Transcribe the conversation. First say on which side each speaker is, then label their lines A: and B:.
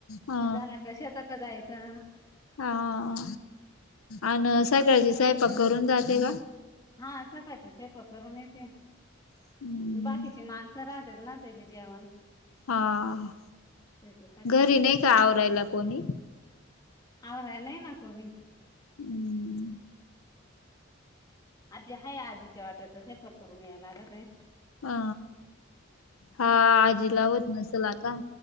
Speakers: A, on the left; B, on the left.
A: हा
B: मं झाला क शेतात जायचा.
A: हां अन् सकाळची सयपाक करून जाते का?
B: हां सकाळचे स्वैपाकं करून येते
A: हम्म
B: बाकीची माण स राहतेत नां तेली जेवण
A: हां
B: त्याच्यासाठी
A: घरी नाहीकां आवरायला कोणी?
B: आवराय नाही न कोणी
A: हम्म
B: आजी हाय आजीच्या वाटच स्वयंपाक करून यायला लागतय
A: आ हा आजीला होत नसेल आता